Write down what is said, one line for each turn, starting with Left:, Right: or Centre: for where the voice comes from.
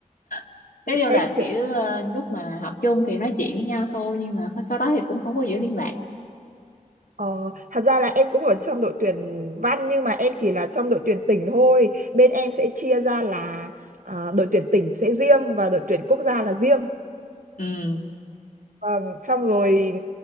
Left: <laughs> nói chung
Right: Em
Left: là
Right: hiểu.
Left: kiểu ờ, lúc mà học chung thì nói chuyện với nhau thôi nhưng mà sau đó thì cũng không có giữ liên lạc
Right: Ờ, thật ra là em cũng ở trong đội tuyển văn nhưng mà em chỉ là trong đội tuyển tỉnh thôi. Bên em sẽ chia ra là à, đội tuyển tỉnh sẽ riêng và đội tuyển quốc gia là riêng.
Left: ừ
Right: Vâng, xong rồi